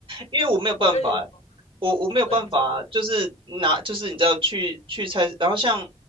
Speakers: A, on the right (about 50°); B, on the left (about 85°).
A: 因为我没有办法
B: 我跟你说，
A: 我我没有办法，
B: 对，就是
A: 就是拿，就是你知道去去菜市，然后像